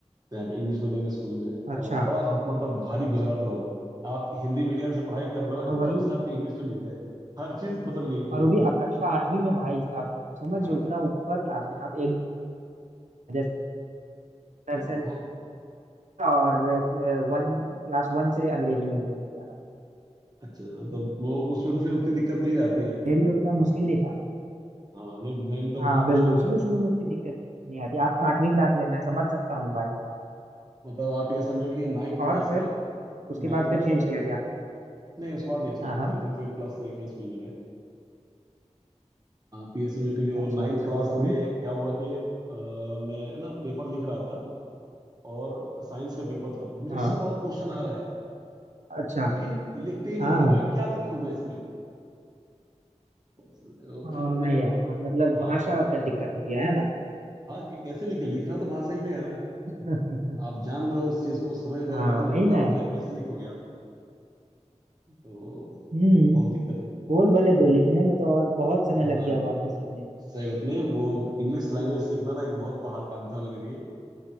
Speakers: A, on the right (about 35°); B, on the right (about 90°).
A: यहाँ पे इंग्लिश मीडियम स्कूल में
B: अच्छा
A: और बड़ा मतलब भारी गुजरा था वो आप हिंदी मीडियम से पढ़ाई कर रहे हो
B: हाँ
A: एकदम
B: वही
A: से आपको इंग्लिश में मिल जाए हर चीज बदल गई पूरी
B: और वो भी अब कक्षा आठवीं
A: <laughs>
B: में भाई साहब समझ
A: हाँ
B: उतना ऊपर क्लास में आप एक जैसे नर्सरी
A: हाँ बहुत
B: और वन क्लास वन से अंग्रेजी मीडियम किया मैंने
A: अच्छा हाँ, तो वो उसमें तो फिर उतनी दिक्कत नहीं जाती है
B: मेरे लिए उतना मुश्किल नहीं था
A: हाँ नहीं मेरे लिए तो बहुत
B: हाँ बिल्कुल
A: मुश्किल था
B: शुरू शुरू में उतनी दिक्कत नहीं आती आप आठवीं क्लास में मैं समझ सकता हूँ भाई साहब
A: मतलब आप ये समझो कि नाइन्थ क्लास
B: और फिर
A: में
B: उसके
A: नाइन्थ
B: बाद
A: क्लास
B: फिर चेंज
A: में
B: किया गया
A: नहीं उसके बाद नहीं चेंज
B: हाँ
A: की
B: हाँ
A: फिर तो ट्वेल्थ क्लास तक एक ही स्कूल में रहे पी एस एम जो कि जो
B: अच्छा
A: नाइन्थ
B: अच्छा
A: क्लास
B: बताइए
A: में क्या हुआ कि अ, मैं ना पेपर लिख रहा था और साइंस का पेपर था मुझे
B: हाँ
A: सब क्वेश्चन आ रहा है
B: अच्छा
A: लेकिन लिखते ही नहीं
B: हाँ
A: बन रहा है क्या लिखूं मैं इसमें अ,
B: हाँ
A: फिर
B: हाँ
A: मेरे
B: यार मतलब
A: हाँ
B: भाषा का दिक्कत हो गया है ना
A: हाँ कि- कैसे लिखे लिखना तो भाषा ही में है ना
B: <laughs>
A: आप जान रहे हो उस चीज को समझ रहे
B: हाँ
A: हो लेकिन
B: वही
A: लिखना
B: ना यार
A: तो है कैसे लिखोगे आप तो
B: हम्म
A: बहुत दिक्कत है
B: बोल भले दो लिखने में तो और बहुत समय लग
A: हाँ
B: गया होगा आपको सीखने में
A: सही बात नहीं वो इंग्लिश लैंग्वेज सीखना ना एक बहुत पहाड़ काम था मेरे लिए